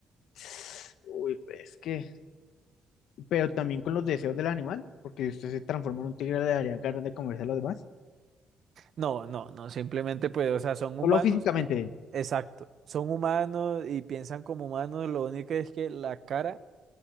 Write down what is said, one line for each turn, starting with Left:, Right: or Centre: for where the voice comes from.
Left: <sighs> Uy, pues es que, pero también con los deseos del animal, porque si usted se transforma en un tigre, le daría ganas de comerse a los demás.
Right: No, no, no, simplemente pues, o sea, son
Left: Solo
Right: humanos
Left: físicamente.
Right: y, exacto, son humanos y piensan como humanos, lo único es que la cara,